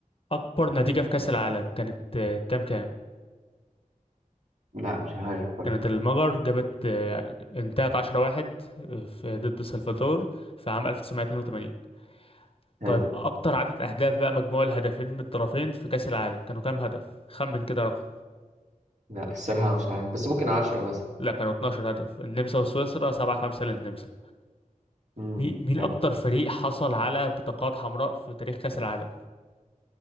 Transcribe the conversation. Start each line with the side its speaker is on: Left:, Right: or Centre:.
Left: أكبر نتيجة في كأس العالم كانت آه، كام كام؟
Right: لا مش عارف برضه
Left: كانت المجر جابت آه، انتهت 10 واحد آه، في ضد سلفادور في عام 1982
Right: حلو
Left: طيب اكتر عدد اهداف بقى مجموع الهدفين من الطرفين في كأس العالم كانوا كام هدف خمن كده رقم
Right: لا الصراحة مش عارف بس ممكن عشرة مثلا
Left: لا كانوا 12 هدف النمسا وسويسرا 7 5 للنمسا
Right: مم.
Left: مي- مين
Right: حلو
Left: اكتر فريق حصل على بطاقات حمراء في تاريخ كأس العالم